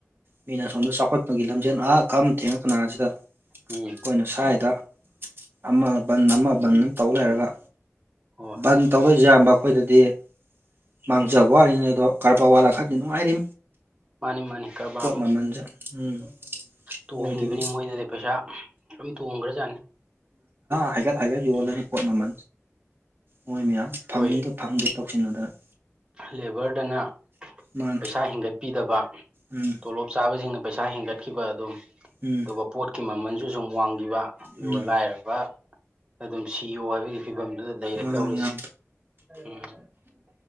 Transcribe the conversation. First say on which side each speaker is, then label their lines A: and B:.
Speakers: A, on the right; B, on the right.
A: ꯃꯤꯅ ꯁꯁꯣꯝꯗ ꯆꯥꯎꯈꯠꯄꯒꯤ ꯂꯝꯖꯦꯜ ꯑꯥ ꯀꯝ ꯊꯦꯡꯅ ꯀꯅꯥꯁꯤꯗ ꯑꯩꯈꯣꯏꯅ
B: ꯎꯝ
A: ꯁ꯭ꯋꯥꯏꯗ ꯑꯃ ꯕꯟ ꯑꯃ ꯕꯟꯅ ꯇꯧ ꯂꯩꯔꯒ
B: ꯍꯣꯏ
A: ꯕꯟ ꯇꯧꯔꯦꯁ ꯌꯥꯝꯕ ꯑꯩꯈꯣꯏꯗꯗꯤ ꯃꯥꯡꯖꯕ ꯋꯥꯔꯤꯅꯤ ꯑꯗꯣ ꯀꯔꯕꯥꯔ ꯋꯥꯠꯂ ꯈꯔꯗꯤ ꯅꯨꯡꯉꯥꯏꯔꯤ
B: ꯃꯥꯅꯤ ꯃꯥꯅꯤ ꯀꯕꯥ
A: ꯃꯃꯟꯖ ꯎꯝ
B: ꯇꯣꯡꯉꯕꯅꯤ
A: ꯃꯣꯏꯗꯗꯤ
B: ꯃꯣꯏꯗꯗꯤ ꯄꯩꯁꯥ ꯑꯗꯨꯝ ꯇꯣꯡꯈ꯭ꯔꯖꯥꯠꯅꯤ
A: ꯍꯥꯏ ꯍꯥꯏ ꯌ
B: ꯎꯝ
A: ꯋꯥ ꯂꯅꯤ ꯄꯣꯠꯅ ꯃ ꯃꯣꯏ ꯃꯌꯥꯝ
B: ꯑꯩꯈꯣꯏ
A: ꯐꯝꯃꯤꯒ ꯐꯪꯗꯦ ꯇꯧꯁꯤꯟꯅꯗꯅ
B: ꯂꯦꯕꯔꯗꯅ
A: ꯃꯥꯅꯤ
B: ꯄꯩꯁꯥ ꯍꯦꯟꯒꯠꯄꯤꯗꯕ
A: ꯎꯝ
B: ꯇꯣꯂꯣꯞ ꯆꯥꯕꯁꯤꯡꯅ ꯄꯩꯁꯥ ꯍꯒꯠ ꯑꯗꯨꯝ
A: ꯎꯝ
B: ꯑꯗꯨꯒ ꯄꯣꯠ ꯃꯃꯜꯁꯨ ꯁꯨꯝ ꯈꯤꯕ ꯑꯗꯨꯒ
A: ꯎꯝ
B: ꯂꯥꯏꯔꯕ ꯑꯗꯨꯝ ꯄꯤꯌꯣ ꯍꯥꯏꯕꯒꯤ ꯐꯤꯕꯝꯗꯨꯗ ꯂꯩꯔꯦ
A: ꯃꯥꯅꯤ
B: ꯇꯧꯔꯤꯁꯦ
A: ꯌꯥꯝ
B: ꯎꯝ